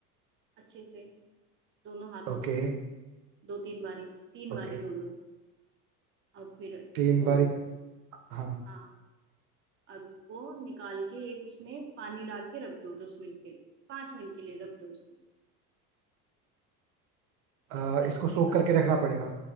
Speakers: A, on the right; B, on the right.
A: अच्छे से दोनों हाथों
B: Okay
A: से दो तीन बारी तीन बारी
B: okay
A: धो लो अब फिर
B: तीन
A: इसको
B: बारी हाँ
A: हाँ अब इसको निकाल के एक उसमें पानी डाल के रख दो दस मिनट के लिए पांच मिनट के लिए रख दो उसको
B: अ,
A: फिर
B: इसको
A: उसके
B: सोख
A: बाद
B: करके रखना पड़ेगा